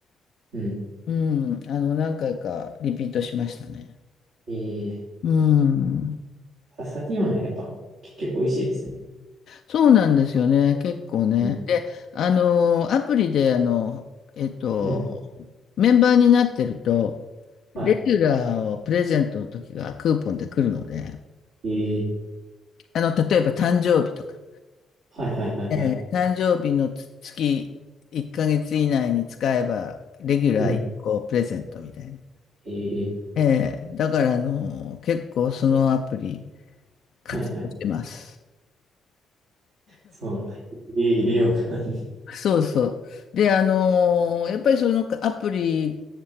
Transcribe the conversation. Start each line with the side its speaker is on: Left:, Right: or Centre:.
Right: うん。
Left: うん、あの、何回かリピートしましたね。
Right: ええ
Left: うん。
Right: さサティワンやっぱ結局美味しいですよね。
Left: そうなんですよね、結構ね。
Right: うん。
Left: で、あの、アプリで、あの、えっと、
Right: うん。
Left: メンバーになってると、レギュラーをプレゼントの時がクーポンで来るので、
Right: はい。ええー
Left: あの、例えば誕生日とか、
Right: はいはいはいはい。
Left: えー誕生日のつ月1ヶ月以内に使えば、レギュラー1個プレゼントみたいな。
Right: うん。ええー
Left: えーだから、あの、結構そのアプリ活用してます。
Right: はいはい。そうなんだ。入れ、入れようかな。<laughs>
Left: そうそう。で、あのーやっぱりそのアプリ